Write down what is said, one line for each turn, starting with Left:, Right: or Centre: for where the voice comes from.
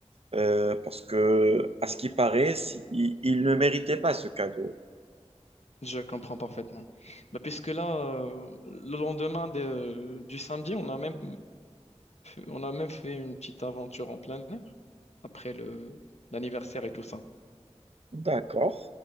Right: euh, parce que, à ce qui paraît, si- il, il ne méritait pas ce cadeau.
Left: je comprends parfaitement. Bah, puisque là, euh, le lendemain de- du samedi, on a même On a même fait une petite aventure en plein air après le l'anniversaire et tout ça.
Right: D'accord.